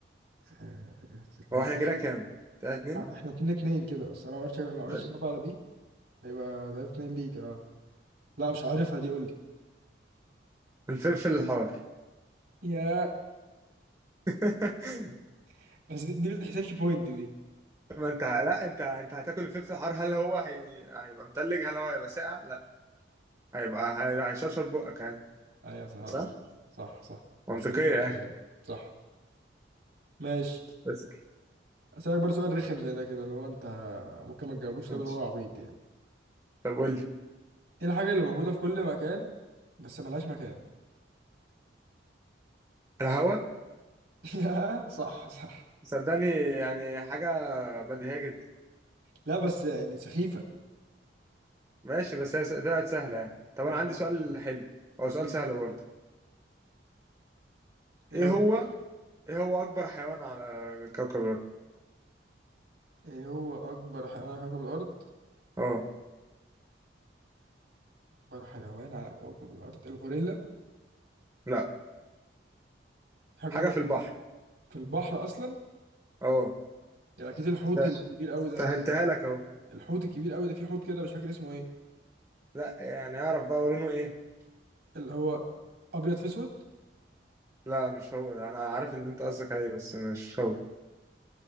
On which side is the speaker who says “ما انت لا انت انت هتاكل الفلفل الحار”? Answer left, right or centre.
Right